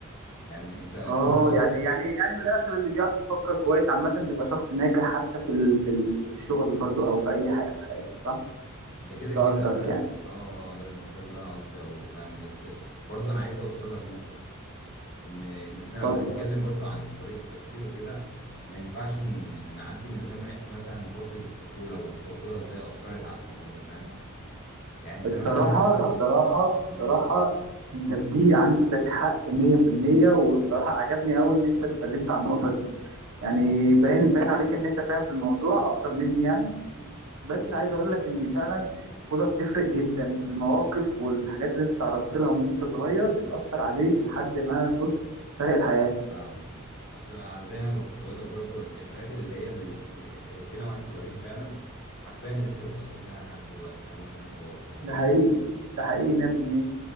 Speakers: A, on the left (about 45°); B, on the right (about 75°).
A: يعني انت انت
B: اه
A: برضو
B: يعني يعني يعني من الاخر اللي بيعرف يفكر كويس عامه بيبقى شخص ناجح حتى في ال... في ال... في الشغل برضو او في اي حاجه في حياته صح
A: ده كده كده
B: ده قصدك
A: فاهم
B: يعني
A: اه اه ده ده اللي انا قصدي اقوله فاهم بس برضو انا عايز اوصل لك نقطة ان ان احنا
B: اتفضل
A: لو هنتكلم برضو عن طريقه التفكير وكده ما ينفعش ن- نعدي من غير ما نحكي مثلا فتره الطفوله والطفوله ازاي اثرت على الموضوع ده فاهم يعني انت
B: الصراحة
A: مثلا
B: الصراحة الصراحة
A: امم
B: انت في دي عندك حق 100% والصراحة عجبني قوي ان انت اتكلمت عن النقطة دي يعني
A: امم
B: باين باين عليك ان انت فاهم في الموضوع اكتر مني يعني
A: أمم،
B: بس عايز اقول لك ان فعلا الطفولة بتفرق جدا المواقف والحاجات اللي انت تعرضت لها وانت صغير بتأثر عليك لحد ما بص فرق الحياة
A: فاهم اصل زي ما كنت بقول لك برضو ال- الحاجات اللي هي اللي اتقالت لنا واحنا صغيرين فعلا حرفيا لسه بتاثر فينا لحد دلوقتي فاهم واحنا كبار فاهمني
B: ده حقيقي ده حقيقي 100%